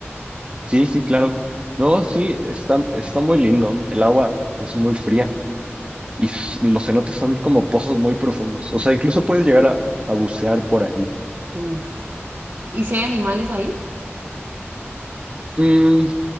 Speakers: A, on the right (about 25°); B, on the right (about 50°).
A: Sí, sí, claro. No, sí, está, está muy lindo. El agua es muy fría y s- los cenotes son como pozos muy profundos. O sea, incluso puedes llegar a, a bucear por ahí.
B: Uff. ¿Y si hay animales ahí?
A: Mm,